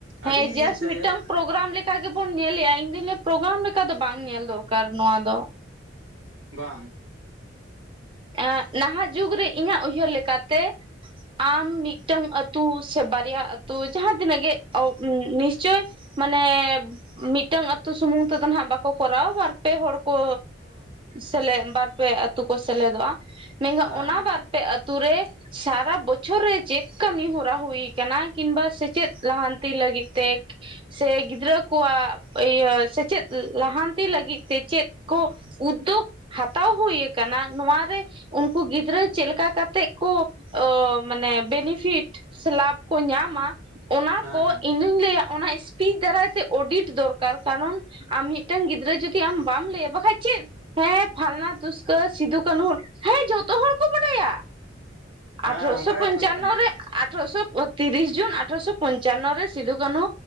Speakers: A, on the right; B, on the right.
A: ᱦᱮᱸ
B: ᱟᱹᱰᱤ
A: ᱡᱟᱥᱴ
B: ᱡᱟᱭᱜᱟ
A: ᱢᱤᱫᱴᱟᱝ ᱯᱨᱳᱜᱨᱟᱢ ᱞᱮᱠᱟ ᱜᱮᱵᱚᱱ ᱧᱮᱞᱮᱜᱼᱟ, ᱤᱧᱫᱚ ᱞᱤᱭᱟᱹ ᱯᱨᱳᱜᱨᱟᱢ ᱞᱮᱠᱟ ᱫᱚ ᱵᱟᱝ ᱧᱮᱞ ᱫᱚᱨᱠᱟᱨ ᱱᱚᱣᱟ ᱫᱚ᱾
B: ᱵᱟᱝ᱾
A: ᱮᱸ ᱱᱟᱦᱟᱜ ᱡᱩᱜᱽ ᱨᱮ ᱤᱧᱟᱹᱜ ᱩᱭᱦᱟᱹᱨ ᱞᱮᱠᱟᱛᱮ ᱟᱢ ᱢᱤᱫ ᱴᱟᱝ ᱟᱛᱩ ᱥᱮ ᱵᱟᱨᱭᱟ ᱟᱹᱛᱩ ᱡᱟᱦᱟᱸ ᱛᱤᱱᱟᱹᱜ ᱜᱮ ᱚ ᱱᱤᱥᱪᱳᱭ ᱢᱟᱱᱮᱻ ᱢᱤᱫ ᱴᱟᱝ ᱟᱹᱛᱩ ᱥᱩᱢᱩᱝ ᱛᱮᱫᱚ ᱱᱟᱜ ᱵᱟᱠᱚ ᱠᱚᱨᱟᱣᱟ, ᱵᱟᱨ ᱯᱮ ᱦᱚᱲ ᱠᱚ ᱥᱮᱞᱮᱫ ᱵᱟᱨᱯᱮ ᱟᱹᱛᱩ ᱠᱚ ᱥᱮᱞᱮᱫᱚᱜᱼᱟ᱾ ᱢᱮᱱᱠᱷᱟᱱ
B: ᱦᱮᱸ
A: ᱚᱱᱟ
B: ᱦᱮᱸ
A: ᱵᱟᱨᱯᱮ ᱟᱛᱳ ᱨᱮ ᱥᱟᱨᱟ ᱵᱚᱪᱷᱚᱨ ᱨᱮ ᱪᱮᱫ ᱠᱟᱹᱢᱤ ᱦᱚᱨᱟ ᱦᱩᱭ ᱟᱠᱟᱱᱟ, ᱠᱤᱢᱵᱟ ᱥᱮᱪᱮᱫ ᱞᱟᱦᱟᱱᱛᱤ ᱞᱟᱹᱜᱤᱫ ᱛᱮ ᱥᱮ ᱜᱤᱫᱽᱨᱟᱹ ᱠᱚᱣᱟᱜ ᱤᱭᱟᱹ ᱥᱮᱪᱮᱫ ᱞᱟᱦᱟᱱᱛᱤ ᱞᱟᱹᱜᱤᱫ ᱛᱮ, ᱪᱮᱫ ᱠᱚ ᱩᱫᱽᱫᱳᱜᱽ ᱦᱟᱛᱟᱣ ᱦᱩᱭ ᱟᱠᱟᱱᱟ᱾ ᱱᱚᱣᱟ ᱨᱮ ᱩᱱᱠᱩ ᱜᱤᱫᱽᱨᱟᱹ ᱪᱮᱫ ᱞᱮᱠᱟ ᱠᱟᱛᱮᱜ ᱠᱚ, ᱢᱟᱱᱮ ᱵᱮᱱᱤᱯᱷᱤᱴ ᱥᱮ ᱞᱟᱵᱷ ᱠᱚ ᱧᱟᱢᱟ, ᱚᱱᱟ
B: ᱦᱮᱸ
A: ᱠᱚ
B: ᱦᱮᱸ
A: ᱤᱧ ᱫᱩᱧ ᱞᱟᱹᱭᱟ ᱚᱱᱟ ᱛᱤ ᱫᱟᱨᱟᱭ ᱛᱮ ᱚᱰᱤᱴ ᱫᱚᱨᱠᱟᱨ, ᱠᱟᱨᱚᱱ ᱟᱢ ᱢᱤᱫ ᱴᱟᱝ ᱜᱤᱫᱽᱨᱟᱹ ᱡᱩᱫᱤ ᱟᱢ ᱵᱟᱢ ᱞᱟᱹᱭᱟ ᱵᱟᱠᱟᱱ ᱪᱮᱫ ᱦᱮᱸ ᱯᱷᱟᱞᱱᱟ ᱫᱩᱥᱠᱚᱨ ᱥᱤᱫᱩ ᱠᱟᱹᱱᱩ ᱦᱩᱞ, ᱦᱮᱸ ᱡᱚᱛ ᱡᱚᱛᱚ ᱦᱚᱲ ᱠᱚ ᱵᱟᱰᱟᱭᱟ
B: ᱦᱮᱸ
A: ᱟᱴᱷᱚᱨᱥᱚ
B: ᱚᱱᱠᱟ
A: ᱯᱚᱧᱪᱟᱱᱚ
B: ᱜᱮᱛᱚ ᱦᱩᱭᱩᱜ ᱠᱟᱱᱟ
A: ᱨᱮ ᱟᱴᱷᱚᱨᱥᱚ ᱛᱤᱨᱤᱥ ᱡᱩᱱ ᱟᱴᱷᱚᱨᱚᱥᱚ ᱯᱚᱧᱪᱟᱱᱚ ᱨᱮ ᱥᱤᱫᱩ ᱠᱟᱹᱱᱦᱩ